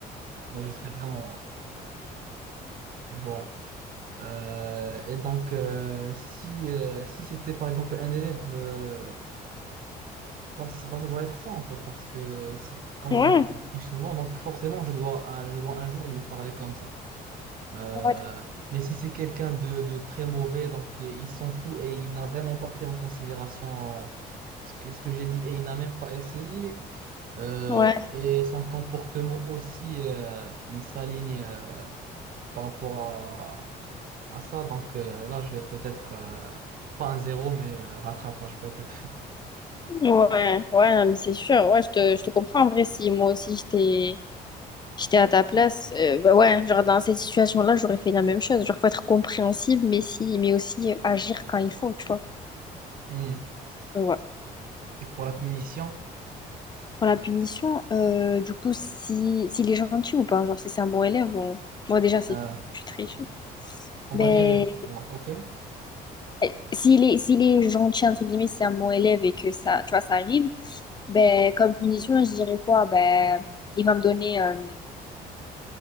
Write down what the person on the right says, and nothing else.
je serai vraiment. Voilà. Euh, et donc, euh, si, euh, si c'était par exemple un élève, euh, bah, c'est- bah, ça doit être ça en fait, parce que si, quand
tu me dis qu'il triche souvent, donc forcément, je dois, un, je dois un jour lui parler comme ça. Euh,
mais si c'est quelqu'un de, de très mauvais, donc et il s'en fout et il n'a vraiment pas pris en considération euh, ce que, ce que j'ai dit et il n'a même pas essayé. Euh,
et son comportement aussi, euh, il s'aligne euh, par rapport à, à ça. Donc euh, là, je vais peut-être, euh, pas un zéro, mais euh, rattrapage peut-être. <laughs>
Hmm.
Et pour la punition,
euh,
on
va dire, on va- OK.